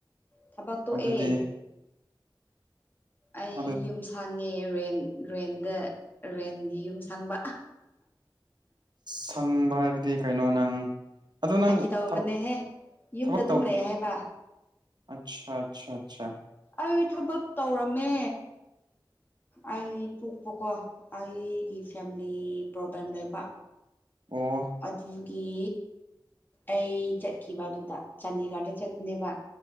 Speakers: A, on the left; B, on the right.
A: ꯊꯕꯛ ꯇꯣꯛꯑꯦ
B: ꯑꯗꯨꯗꯤ
A: ꯑꯩ
B: ꯑꯗꯨ
A: ꯌꯨꯝ ꯁꯥꯡꯉꯦ ꯔꯦꯟ ꯔꯦꯟꯗ ꯔꯦꯟꯒꯤ ꯌꯨꯝ ꯁꯪꯕ
B: ꯁꯪꯕ ꯍꯥꯏꯕꯗꯤ ꯀꯩꯅꯣ ꯅꯪ ꯑꯗꯨ ꯅꯪ
A: ꯐꯥꯒꯤ ꯇꯧꯕꯅꯦꯍꯦ
B: ꯊꯕꯛ
A: ꯌꯨꯝꯗ
B: ꯊꯕꯛ
A: ꯑꯗꯨꯝ
B: ꯇꯧꯗ
A: ꯂꯩ ꯍꯥꯏꯕ
B: ꯑꯆꯥ ꯑꯆꯥꯆꯥ ꯑꯆꯥ
A: ꯑꯩ ꯊꯕꯛ ꯇꯧꯔꯝꯃꯦ ꯑꯩ ꯄꯣꯛꯄꯀꯣ ꯑꯩꯒꯤ ꯐꯦꯃꯤꯂꯤ ꯄ꯭ꯔꯣꯕ꯭ꯂꯦꯝ ꯂꯩꯕ
B: ꯑꯣ
A: ꯑꯗꯨꯒꯤ ꯑꯩ ꯆꯠꯈꯤꯕ ꯑꯗꯨꯗ ꯆꯥꯟꯗꯤꯒꯔꯗ ꯆꯠꯄꯅꯦꯕ